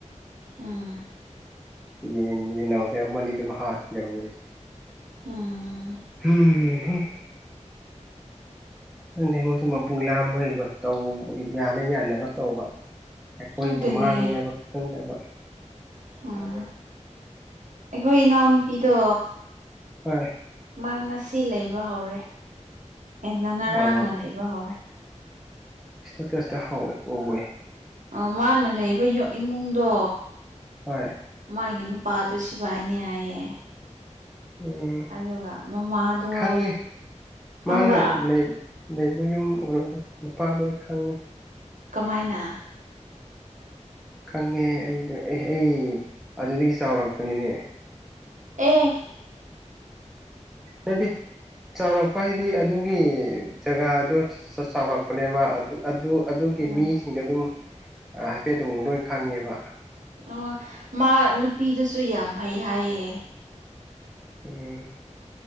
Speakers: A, on the right (about 85°); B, in the centre.
A: ꯎꯝ
B: ꯌꯦꯟ ꯌꯦꯟꯅꯥꯎꯁꯦ ꯑꯃꯅꯤ ꯑꯅꯤ ꯑꯗꯨꯝ ꯍꯥꯔꯅꯦꯦꯕ ꯃꯣꯏꯁꯦ
A: ꯎꯝ
B: ꯎꯝ ꯈꯪꯗꯗꯤ ꯃꯣꯏꯁꯨ ꯃꯄꯨ ꯂꯥꯝꯕꯩꯀꯣ ꯇꯧꯕ ꯌꯥꯅ ꯌꯥꯅꯕ ꯇꯧꯕ ꯑꯩꯈꯣꯏꯒꯤ
A: ꯑꯗꯨꯅꯦ
B: ꯃꯥꯡꯅꯤ ꯍꯥꯏꯕ ꯈꯪꯅꯕ
A: ꯎꯝ ꯑꯩꯈꯣꯏ ꯏꯅꯥꯎꯄꯤꯗꯣ
B: ꯍꯣꯏ
A: ꯃꯥ ꯉꯁꯤ ꯂꯩꯕ ꯍꯧꯔꯦ ꯌꯥꯝꯟꯅ ꯉꯔꯥꯡꯅ
B: ꯑꯣ
A: ꯂꯩꯕ ꯍꯧꯔꯦ
B: ꯁꯤꯇꯇꯁꯇ ꯍꯋꯦ ꯎꯋꯦ
A: ꯑ ꯃꯥꯅ ꯂꯩꯕ ꯏꯃꯨꯡꯗꯣ
B: ꯍꯣꯏ
A: ꯃꯥꯒꯤ ꯅꯨꯄꯥꯗꯣ ꯁꯤꯕꯥꯏꯅꯦ ꯍꯥꯏꯌꯦ
B: ꯎꯝ
A: ꯑꯗꯨꯒ ꯃꯃꯥꯗꯣ
B: ꯈꯪꯉꯤ
A: ꯈꯪꯕ꯭ꯔꯥ
B: ꯃꯥꯅ ꯂꯩ ꯑꯗꯩꯕ ꯌꯨꯝ ꯑꯣꯏꯔꯗꯣ ꯅꯨꯄꯥꯗꯣ ꯑꯩ ꯈꯪꯉꯤ <unintelligible>
A: ꯀꯃꯥꯏꯅ
B: ꯈꯪꯉꯦ ꯑꯩ ꯑꯩ ꯑꯩ ꯑꯗꯨꯗꯒꯤ ꯆꯥꯎꯔꯛꯄꯅꯤꯅꯦ
A: ꯑꯦ
B: ꯍꯥꯏꯗꯤ ꯆꯥꯎꯔꯛꯄ ꯍꯥꯏꯗꯤ ꯑꯗꯨꯒꯤ ꯖꯒꯥꯗꯣ ꯆꯥꯎꯔꯛꯄꯅꯦꯕ ꯑꯗꯨ ꯑꯗꯨ ꯑꯗꯨꯒꯤ
A: ꯎꯝ
B: ꯃꯤꯁꯤꯡꯗꯣ ꯑꯗꯨꯝ ꯍꯥꯏꯐꯦꯠꯇꯝ ꯂꯣꯏ ꯈꯪꯉꯦꯕ
A: ꯑꯣ ꯃꯥ ꯅꯨꯄꯤꯗꯨꯁꯨ ꯌꯥꯝ ꯐꯩ ꯍꯥꯏꯌꯦ
B: ꯎꯝ